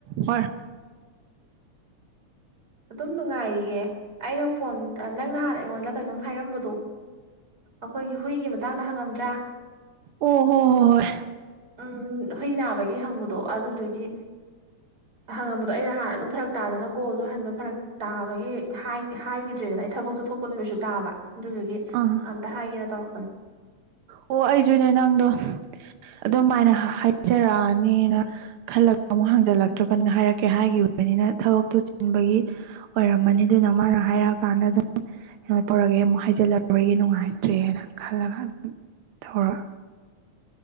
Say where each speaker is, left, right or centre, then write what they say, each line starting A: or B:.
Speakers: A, on the right; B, on the right.
A: ꯍꯣꯏ
B: ꯑꯗꯨꯝ ꯅꯨꯡꯉꯥꯏꯔꯤꯌꯦ ꯑꯩꯅ ꯐꯣꯟ ꯅꯪ ꯅꯍꯥꯟ ꯑꯩꯉꯣꯟꯗ ꯀꯩꯅꯣꯝ ꯍꯥꯏꯔꯝꯕꯗꯣ ꯫ ꯑꯩꯈꯣꯏꯒꯤ ꯍꯨꯏꯒꯤ ꯃꯇꯥꯡꯗ ꯍꯪꯉꯝꯗ꯭ꯔꯥ ꯫
A: ꯑꯣ ꯍꯣ ꯍꯣꯏ ꯍꯣꯏ
B: ꯎꯝ ꯍꯨꯏ ꯅꯥꯕꯒꯤ ꯍꯪꯕꯗꯣ ꯑꯗꯨꯗꯨꯒꯤ ꯍꯪꯉꯝꯕꯗꯣ ꯑꯩꯅ ꯍꯥꯟꯅ ꯑꯗꯨꯝ ꯐꯔꯛ ꯇꯥꯗꯅ ꯫ ꯀꯣꯜꯗꯣ ꯍꯟꯕ ꯐꯔꯛ ꯇꯥꯕꯒꯤ ꯍꯥꯏꯈꯤꯗ꯭ꯔꯦꯗꯅ ꯑꯩ ꯊꯕꯛꯇꯣ ꯊꯣꯛꯄ ꯅꯨꯃꯤꯠꯁꯨ ꯇꯥꯕ ꯑꯗꯨꯗꯨꯒꯤ
A: ꯑꯥ
B: ꯑꯝꯇ ꯍꯥꯏꯒꯦꯅ ꯇꯧꯔꯛꯄꯅꯤ ꯫
A: ꯑꯣ ꯑꯩꯁꯨꯅꯦ ꯅꯪꯗꯣ ꯑꯗꯨ ꯃꯥꯏꯅ ꯍꯥꯏꯖꯔꯛꯑꯅꯤꯅ꯫ ꯈꯜꯂꯒ ꯑꯃꯨꯛ ꯍꯥꯡꯖꯜꯂꯛꯇ꯭ꯔꯕꯅ ꯍꯥꯏꯔꯛꯀꯦ ꯍꯥꯏꯈꯤꯕꯅꯤꯅ ꯊꯕꯛꯇꯨ ꯆꯤꯟꯕꯒꯤ ꯫ ꯑꯣꯏꯔꯝꯕꯅꯤ ꯑꯗꯨꯅ ꯃꯥꯅ ꯍꯥꯏꯔꯛꯑꯀꯥꯟꯗ ꯑꯗꯨꯝ ꯫ ꯀꯩꯅꯣ ꯇꯧꯔꯒꯦ ꯑꯃꯨꯛ ꯍꯥꯏꯩꯖꯤꯜꯂꯔꯣꯏꯒꯦ ꯅꯨꯡꯉꯥꯏꯇ꯭ꯔꯦꯅ ꯈꯜꯂꯒ ꯑꯗꯨꯝ ꯇꯧꯔ